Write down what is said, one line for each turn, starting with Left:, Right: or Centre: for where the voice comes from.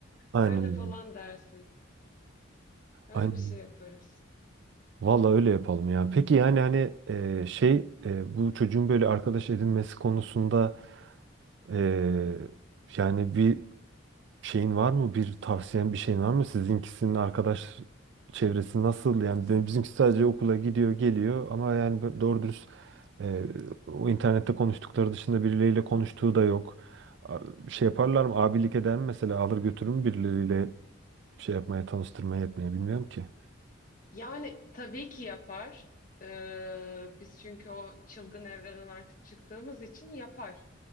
Right: Aynen.
Left: Öyle
Right: öyle.
Left: falan dersin. Öyle
Right: Aynen.
Left: bir şey yaparız.
Right: Vallahi öyle yapalım Yani Peki yani hani e, şey e, bu çocuğun böyle arkadaş edinmesi konusunda e, yani bir şeyin var mı? Bir tavsiyen bir şeyin var mı? Sizinkisinin arkadaş çevresi nasıl? Yani de- bizimki sadece okula gidiyor, geliyor ama yani bö- doğru dürüst e, o internette konuştukları dışında birileriyle konuştuğu da yok. A- Şey yaparlar mı? Abilik eder mi mesela? Alır götürür mü birileriyle şey yapmaya, tanıştırmaya etmeye bilmiyorum ki.
Left: Yani tabii ki yapar. Ee, biz çünkü o çılgın evreden artık çıktığımız için yapar.